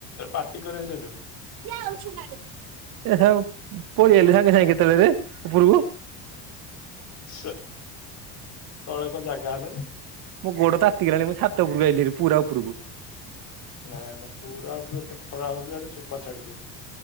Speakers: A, on the left; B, on the right.
A: ପାଟି କରିବେ ସେଇଠୁ।
B: <inaudible> ପଳେଇଆଇଲା ସାଙ୍ଗେ ସାଙ୍ଗେ କେତେଳେରେ ଉପରକୁ।
A: ସ୍ୟ ତଳେ କଣ ଜାଗା ହେଲାନି?
B: ମୋ ଗୋଡ ତାତିଗଲାଣି ମୁଁ ଛାତ ଉପରକୁ ଯାଇଥିଲି ପୁରା ଉପରକୁ।
A: ନାଇଁ ନାଇଁ ପୁରା ଉପରୁଏତେ ଖରା ହଉଚି ଆଡେ ଚୋପା ଛାଡିଯିବ।